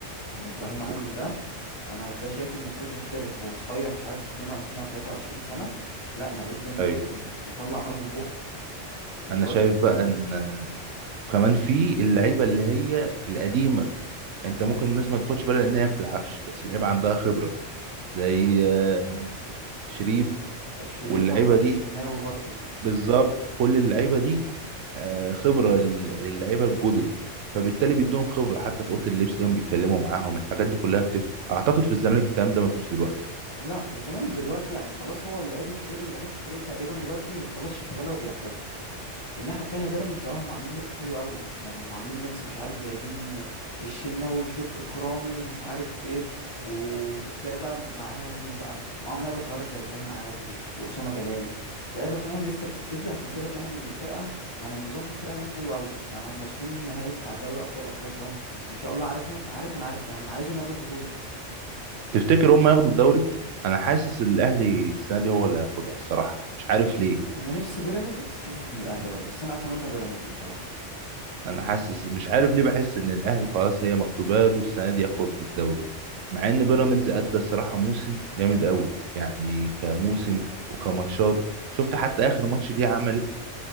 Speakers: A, on the left (about 30°); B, on the right (about 85°).
A: يعني ابراهيم عادل
B: وك-
A: ده انا ده شايفه المفروض يحترف وهو صغير مش عارف 22 او 23 سنة لا لعيب جامد
B: أيوه
A: جدا بيطلع نار من بقه الواد
B: أنا شايف بقى
A: امم
B: إن وكمان في اللعيبه اللي هي القديمه انت ممكن الناس ما تاخدش بالها لانها ما بتلعبش بس اللعيبه عندها خبره زي آه، شريف
A: شريف
B: واللعيبه
A: واحمد
B: دي
A: الشناوي برضو
B: بالظبط كل اللعيبه دي آه، خبره لل- للعيبه الجدد فبالتالي بيدوهم خبره حتى في اوضه اللبس ليهم بيتكلموا معاهم الحاجات دي كلها بتفرق اعتقد في الزمالك الكلام ده مفيش دلوقتي
A: لا الزمالك دلوقتي يعني خلاص هو اللعيب الكبير اللي موجود في الفريق تقريبا دلوقتي خلاص شيكابالا وبيعتزل الناحية التانية بيراميدز اه هم عاملين ميكس حلو قوي يعني هم عاملين ميكس مش عارف جايبين الشناوي وشريف إكرامي ومش عارف ايه وتلاقي بقى معاهم مين بقى معاهم لعيبة صغيرة زي إبراهيم عادل وأسامة جلال لعيبة فاهم لسه بتبتدي عشان كده تلاحظ ان الفرقة يعني النظام في الفرقة هناك حلو قوي يعني هم واصلين النهائي بتاع دوري أبطال أفريقيا هم وإن شاء الله عارفهم عارف انا عاي- يعني انا عايزهم ياخدوا البطولة
B: تفتكر هم ياخدوا الدوري انا حاسس الاهلي السنه دي هو اللي هياخدها الصراحه مش عارف
A: انا ح-
B: ليه
A: انا نفسي بيراميدز بس حاسس ان الأهلي برضه بس انا اتمنى بيراميدز بصراحة
B: انا حاسس مش عارف ليه بحس ان الاهلي خلاص هي مكتوبه له السنه دي ياخد الدوري مع ان بيراميدز ادى الصراحه موسم جامد قوي يعني كموسم وكماتشات شفت حتى اخر ماتش ليه عمل ايه